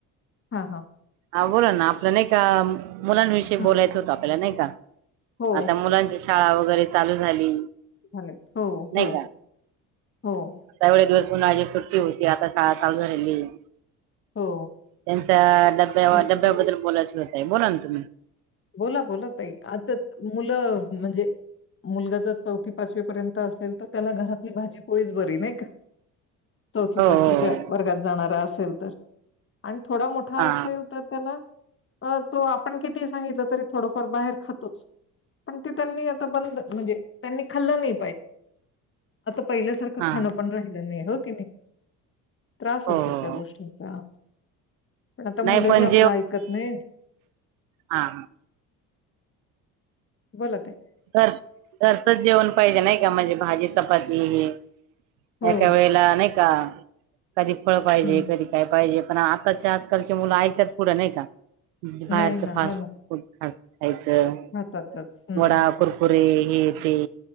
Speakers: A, on the left; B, on the right.
A: हा हा.
B: ह बोला ना आपल्या नाही का मुलांविषयी
A: हं.
B: बोलायचं होत आपल्याला नाही का. <inaudible>
A: हो,
B: आता मुलांची शाळा वगैरे चालू झाली.
A: झाले हो
B: नाही
A: हो.
B: का
A: हो.
B: आता एवढे दिवस उन्हाळी सुट्टी होती आता शाळा चालू झालेली आहे.
A: हो.
B: त्यांचा डब्या
A: तेच तर.
B: डब्याबद्दल बोलायच होत. बोला ना तुम्ही.
A: बोला बोला त आता मुलं म्हणजे. मुलगा जर चौथी पाचवी पर्यंत असेल तर त्याला घरात ती भाजी पोळीच बरी नाही का. चौथी
B: हो
A: पाचवीच्या
B: हो हो
A: वर्गात जाणारा असेल तर आणि थोडा मोठा
B: हा
A: असेल तर त्याला अ तू आपण किती ड बाहेर खो पण म्हणज त्यां खाल् नाही. पहिल्यासारखं
B: हा
A: खां
B: हो
A: पण राहि नाही. ओक नाही. त्रास होतो
B: हो
A: त्या
B: हो
A: गोष्टीचा पण आता मुलंही
B: नाही पण
A: आपलं ऐकत नाही.
B: हां.
A: बोलत आहे.
B: घरच जेवण पाहिजे नाही का म्हणजे भाजी चपाती हे.
A: हो
B: एका वेळेला अनेक का? कधी फळ पाहिजे
A: हं
B: कधी काय पाहिजे. पण आताचे आजकालचे मुलं ऐकतात पुढे नाही का? बाहेरचं
A: नाही ना
B: फास्ट
A: हो ना
B: फूड ख यायच
A: खातातच हं,
B: वडा. पुरे हे तेे